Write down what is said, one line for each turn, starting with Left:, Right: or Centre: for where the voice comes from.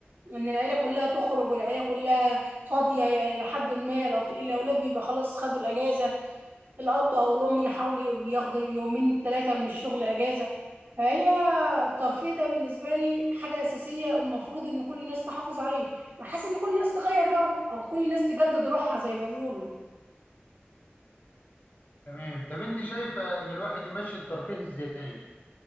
Right: ان العيله كلها تخرج والعيله كلها فاضيه لحد ما الأط- الاولاد بيبقى خلاص خدوا الاجازه الأب أو الأم يحاولوا ياخدوا يومين ثلاثة من الشغل أجازة فهي الترفيه ده بالنسبة لي حاجة أساسية المفروض إن كل الناس تحافظ عليه بحس إن كل الناس تغير جو أو كل الناس تجدد روحها زي ما بيقولوا
Left: تمام طب أنت شايفة إن الواحد يمشي الترفيه إزاي؟